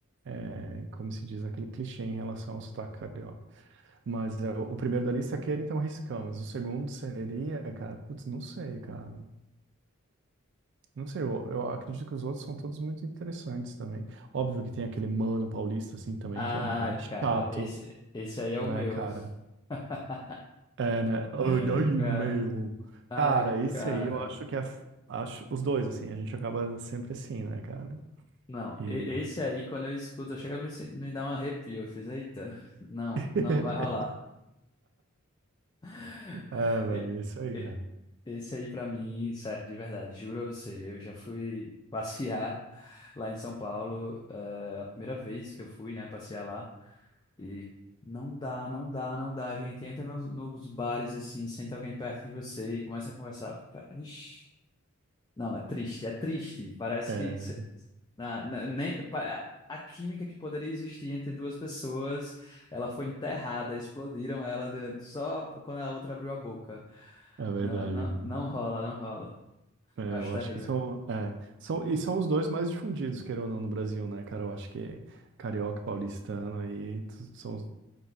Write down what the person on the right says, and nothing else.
é, como se diz, aquele clichê em relação ao sotaque carioca. Mas é, o primeiro da lista é aquele, então, riscamos. O segundo seria, cara, putz, não sei, cara. Não sei, eu, eu acredito que os outros são todos muito interessantes também. Óbvio que tem aquele mano paulista, assim, também,
que é bem
chato,
né,
cara?
É, né? Ai,
ai, meu.
Cara, esse
aí eu acho que é. Acho os dois, assim, a gente acaba sempre assim, né, cara?
E.
<laughs>
É, velho,
é isso aí,
cara.
É,
é verdade,
cara.
É,
eu
acho que são, é, são. E são os dois mais difundidos, queira ou não, no Brasil, né, cara? Eu acho que carioca e paulistano aí t- são os